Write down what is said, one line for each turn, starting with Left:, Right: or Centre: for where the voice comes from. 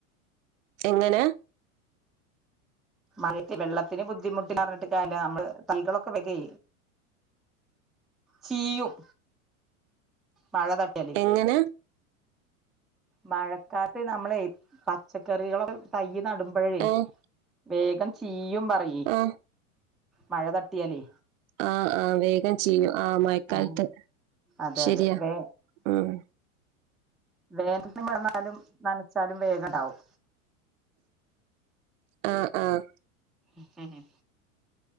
Right: എങ്ങനാ
Centre: മഴ വെള്ളത്തിന് ബുദ്ധിമുട്ടില്ലാന്ന് പറഞ്ഞിട്ട് കാര്യല്ല നമ്മള് തൈകളൊക്കെ വര്യേ ചീയും മഴ തട്ടിയാല്
Right: എങ്ങനെ
Centre: മഴക്കാലത്ത് നമ്മളെ പച്ചക്കറികളൊക്കെ തയ്യ് നടുംമ്പഴേ
Right: ആഹ്
Centre: വേഗം ചീയും പറയേ
Right: ആഹ്
Centre: മഴ തട്ടിയാലേ
Right: ആഹ് ആഹ് വേഗം ചീയും ആഹ് മഴക്കാലത്ത്
Centre: ആഹ് അതെ
Right: ശരിയാ
Centre: അതെ വേ
Right: ഉം
Centre: വേനല് വന്നാലും നനച്ചാലും വേഗം ഇണ്ടാവും
Right: ആഹ് ആഹ്
Centre: മ്ഹ്